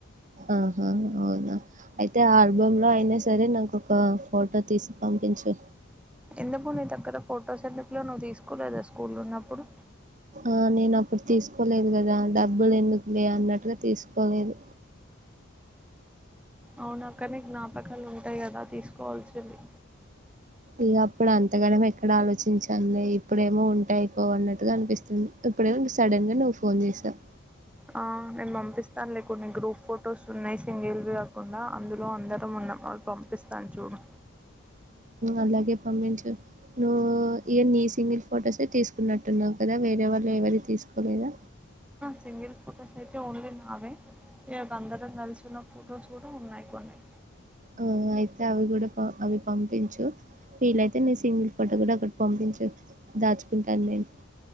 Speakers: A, on the right; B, in the centre.
A: ఆహా అవునా అయితే ఆ ఆల్బమ్ లో అయినా సరే నాకు ఒక ఫోటో తీసి పంపించు
B: ఎందుకు నీ దగ్గర ఫొటోస్ ఎందుకు లవు నువ్వు తీసుకో లేదా స్కూల్ లో ఉన్నప్పుడు
A: ఆ నేను అప్పుడు తీసుకోలేదు కదా డబ్బులు ఎందుకు లే అన్నట్టుగా తీసుకోలేదు
B: అవును అక్క జ్ఞాపకాలు ఉంటాయి కదా తీసుకోవాల్సింది
A: ఇక అప్పుడు అంతగానం ఎక్కడ ఆలోచించండి ఇప్పుడేమో ఉంటాయి పో అన్నట్టుగా అనిపిస్తుంది ఇప్పుడేమో సడన్ గా నువ్వు ఫోన్ చేసావు
B: ఆ నేను పంపిస్తానులే కొన్ని గ్రూప్ ఫొటోస్ ఉన్నాయి సింగిల్ వి కాకుండా అందులో అందరం ఉన్నాం అవి పంపిస్తాను చూడు
A: అలాగే పంపించు నువ్వు ఇవ నీ సింగిల్ ఫొటోసే తీసుకున్నట్టున్నావు కదా వేరే వాళ్ళు ఎవరి తీసుకోలేదా
B: సింగిల్ ఫొటోస్ అయితే ఉంది నావే ఇ అందరం కలిసి ఉన్న ఫొటోస్ కూడా ఉన్నాయి కొన్ని
A: ఆ అయితే అవి కూడా అవి పంపించు వీళ్లైతే నీ సీంగల్ ఫోటో కూడా ఒక్కటి పంపించు దాచుకుంటాను నేను